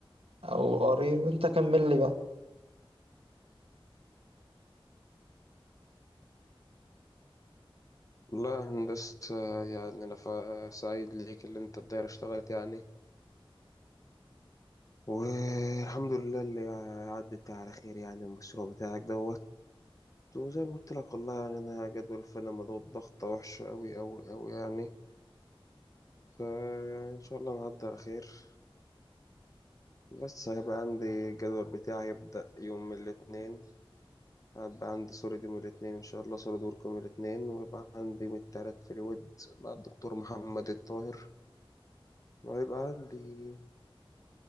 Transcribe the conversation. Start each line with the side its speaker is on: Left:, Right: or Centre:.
Right: أو قاري وأنت كمل لي بقى
Left: والله يا هندسة يعني أنا فا- سعيد ليك اللي أنت الدايرة اشتغلت يعني والحمد لله اللي عدت على خير يعني المشروع بتاعك دوت وزي ما قلت لك والله يعني أنا جدول الفاينل مضغوط ضغطة وحشة أوي أوي أوي يعني فيعني إن شاء الله نعدي على خير لسه هيبقى عندي الجدول بتاعي هيبدأ يوم الاثنين هيبقى عندي سوليد يوم الاثنين إن شاء الله سوليد ورك يوم الاثنين ويبقى عندي يوم التلات فريود مع الدكتور محمد الطاهر وهيبقى عندي